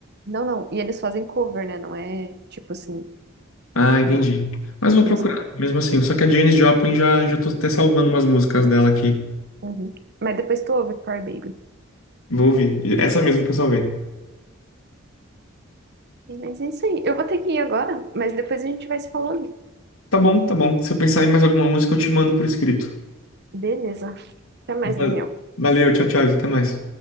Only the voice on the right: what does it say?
Não, não. E eles fazem cover, né? Não é tipo assim.
Não, é
música.
Uhum. Mas depois tu ouve Cry Baby.
É, Mas é isso aí. Eu vou ter que ir agora, mas depois a gente vai se falando.
Beleza. Até mais,
Daniel.